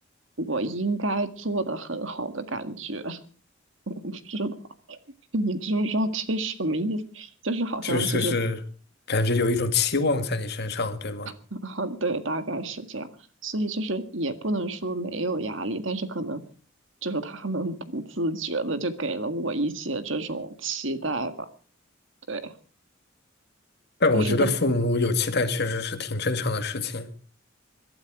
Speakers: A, on the right; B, on the left.
A: 我应该做的很好的感觉，<laughs> 我不知道 <laughs> 你知不知道这是什么意思？就是好像就是
B: 就是就是感觉有一种期望在你身上，对吗？
A: 啊，<laughs> 对，大概是这样，所以就是也不能说没有压力，但是可能就是他们不自觉的就给了我一些这种期待吧，对，
B: 但我觉得父母有期待确实是挺正常的事情。
A: 但是但